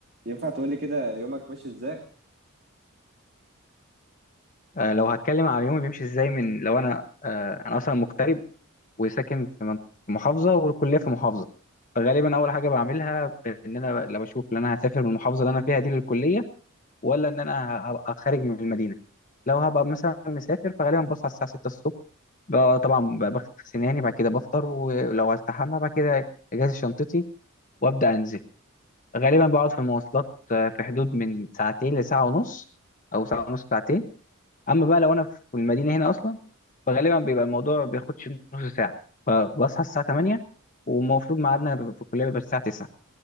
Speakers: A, on the right (about 50°); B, on the left (about 40°).
A: ينفع تقولي كده يومك ماشي ازاي؟
B: آه، لو هتكلم على يومي بيمشي ازاي من لو انا آه، انا اصلا مغترب وساكن في منط- في محافظه والكليه في محافظه فغالبا اول حاجه بعملها ان انا لو اشوف ان انا هسافر من المحافظه اللي انا فيها دي للكليه ولا ان انا ه- هبقى خارج من المدينه لو هبقى مثلا مسافر فغالبا بصحى الساعه 6 الصبح ب- طبعا ب- بغسل سناني بعد كده بفطر ولو هستحمى بعد كده اجهز شنطتي وابدا انزل غالبا بقعد في المواصلات آه، في حدود من ساعتين لساعه ونص او ساعه ونص ساعتين اما بقى لو انا في المدينه هنا اصلا فغالبا بيبقى الموضوع ما بياخدش نص ساعه فبصحى الساعه 8 والمفروض ميعادنا بيبقى في الكليه بيبقى الساعه 9